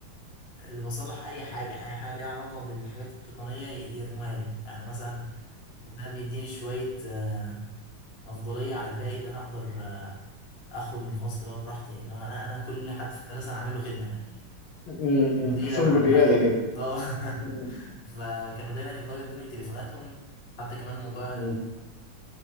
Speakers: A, on the left; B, on the left.
A: اللي بصلح اي حاجه اي حاجه ليها علاقه بالحاجات التقنيه ي- يرموها لي يعني مثلا ده بيديني شويه آه، افضليه على الباقي اللي انا اقدر آه، اخرج من الفصل بقى براحتي يعني لو انا انا كل حد في المدرسه انا عامل له خدمه يعني
B: أمم.
A: المدير
B: احساس
A: انا
B: بالرياده
A: عامل لها خدمه
B: كده
A: اه
B: أمم.
A: <laughs> فكانوا دايما يفضلوا يدوني تليفوناتهم حتى كمان موضوع
B: أمم.